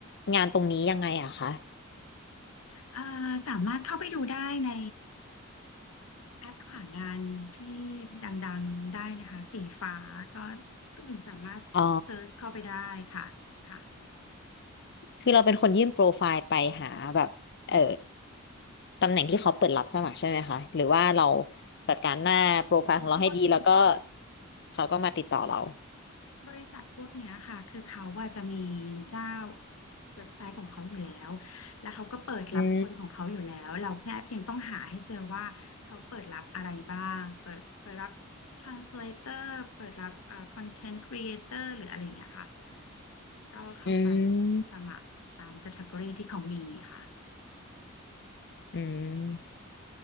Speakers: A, on the left; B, on the left.
A: งานตรงนี้ยังไงอะคะ
B: เอ่อสามารถเข้าไปดูได้ในแอปหางานที่ดังๆได้นะคะ สีฟ้าก็คุณสามารถเซิร์ชเข้าไปได้ค่ะค่ะ
A: อ๋อ คือเราเป็นคนยื่นโปรไฟล์ไปหาแบบเออตำแหน่งที่เขาเปิดรับสมัครใช่ไหมคะหรือว่าเราจัดการหน้าโปรไฟล์ของเราให้ดีแล้วก็
B: คือพวก
A: เขาก็มาติดต่อเรา
B: บริษัทพวกเนี้ยค่ะคือเขาว่าจะมีหน้าเว็บไซต์ของเขาอยู่แล้วแล้วเขาก็เปิดรับคนของเขาอยู่แล้วเราแค่เพียงต้องหาให้เจอว่าเขาเปิดรับอะไรบ้างเปิดเปิดรับ
A: อืม
B: translator เปิดรับเอ่อ content creator หรืออะไรอย่างเงี้ยค่ะก็เข้าไป
A: อื
B: สมัครตาม
A: ม
B: category ที่เขามีค่ะ
A: อืม